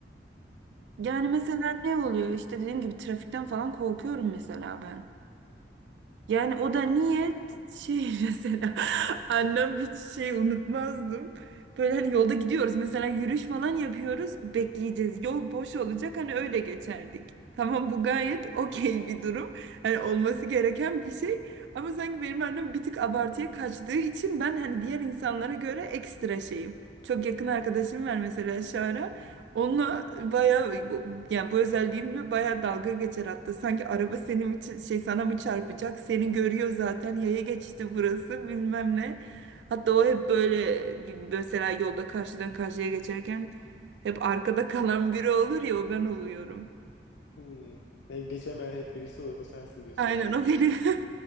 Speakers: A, on the right; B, on the left.
A: Yani mesela ne oluyor? İşte dediğim gibi trafikten falan korkuyorum mesela ben. Yani o da niye şey <laughs> mesela annem hiç şey unutmazdım. Böyle hani yolda gidiyoruz mesela yürüyüş falan yapıyoruz bekleyeceğiz yol boş olacak hani öyle geçerdik. Tamam bu gayet okey bir durum. Hani olması gereken bir şey. Ama sanki benim annem bir tık abartıya kaçtığı için ben hani diğer insanlara göre ekstra şeyim. Çok yakın arkadaşım var mesela Şara. Onunla bayağı bu- yani bu özelliğimle bayağı dalga geçer hatta. Sanki araba senin için şey sana mı çarpacak? Seni görüyor zaten. Yaya geçti burası bilmem ne. Hatta o hep böyle mesela yolda karşıdan karşıya geçerken hep arkada kalan biri olur ya o ben oluyorum.
B: Hmm. Hep geçemeyen hep birisi olur. O sensin diyorsun
A: Aynen
B: yani.
A: o benim. <laughs>